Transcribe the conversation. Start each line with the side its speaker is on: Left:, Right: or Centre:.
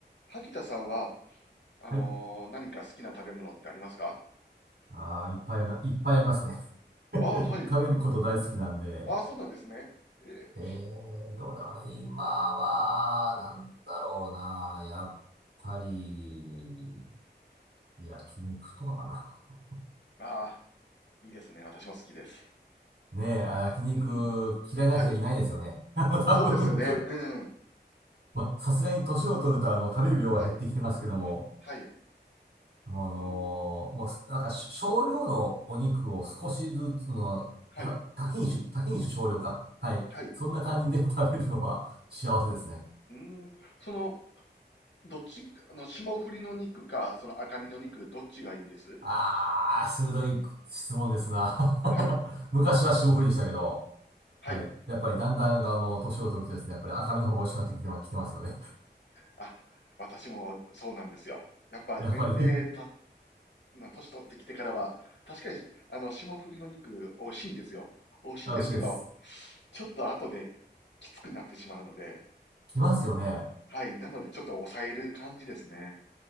Left: 萩田さんは、あのー何か好きな食べ物ってありますか
Right: はい。ああ、いっぱいありま、いっぱいありますね。<laughs>
Left: ああー、はい。
Right: 食べること大好きなんで。
Left: ああ、そうなんですね。ええ、
Right: えー、
Left: うん。
Right: どうだろうね。今は、なんだろうな。やっぱり、焼肉とかかな。
Left: ああ、いいですね。私も好きです。
Right: <laughs> ねえ、あ焼肉嫌いな人いないですよね。
Left: うん。はい。
Right: <laughs> あの多分
Left: そうですよね。うん。
Right: <laughs> まあ、さすがに年を取ると、あの、食べる量は減ってきてますけども、
Left: はい。はい。
Right: あのーもう、
Left: うん。
Right: なんかし少量のお肉を少しずつの、
Left: はい。
Right: た多品種、多品種少量か。はい。
Left: はい。
Right: そんな感じで食べるのは幸せですね。
Left: うん。その、どっち、あの、霜降りの肉か、その赤身の肉、どっちがいいです
Right: あー、鋭い質問ですな。
Left: はい。
Right: <laughs> 昔は霜降りでしたけど、
Left: はい。
Right: はい。やっぱりだんだん、あの、年を取るとですね、やっぱり赤身の方が美味しくなってきてま、きてますよね。
Left: あ、私もそうなんですよ。
Right: <laughs>
Left: やっぱ年齢
Right: やっぱり
Left: まあ、年取ってきてからは、確かに、あの、霜降りの肉、美味しいんですよ。美味しいんですけど、
Right: あ、美味しいです。
Left: ちょっと後できつくなってしまうので、
Right: きますよね。
Left: はい。なので、ちょっと抑える感じですね。